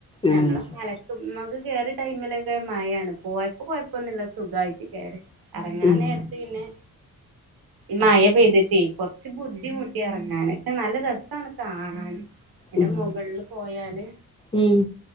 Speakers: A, on the right; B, on the left.
A: ഞങ്ങള്
B: ആഹ് ശരി
A: അലക്കുന്നത് കേയറി ടൈമിലൊക്കെ മഴാണ് പോയപ്പോ കൊഴപ്പൊന്നുമില്ല സുഖമായിട്ട് കേയറി ഇറങ്ങാൻ
B: ഉം
A: നേരത്ത് പിന്നെ ഈ മായ പെയ്തിട്ടേ കൊറച്ച് ബുദ്ധി ബുദ്ധിമുട്ടിറങ്ങാൻ പക്ഷേ ന രസമാണ് കാണാൻ എൻറെ
B: ഉം
A: മുകളില് പോയാല്
B: ഉം